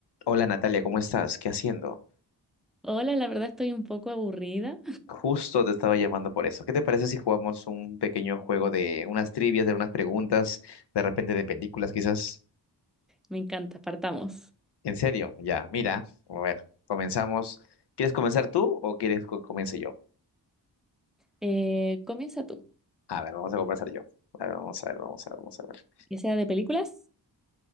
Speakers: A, on the left; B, in the centre.
A: Hola Natalia, ¿cómo estás? ¿Qué haciendo?
B: Hola, la verdad estoy un poco aburrida.
A: Justo te estaba llamando por eso. ¿Qué te parece si jugamos un pequeño juego de unas trivias, de unas preguntas, de repente de películas, quizás?
B: Me encanta, partamos.
A: En serio, ya, mira, a ver, comenzamos. ¿Quieres comenzar tú o quieres que comience yo?
B: Eh, comienza tú.
A: A ver, vamos a comenzar yo. A ver, vamos a ver, vamos a ver, vamos a ver.
B: ¿Que sea de películas?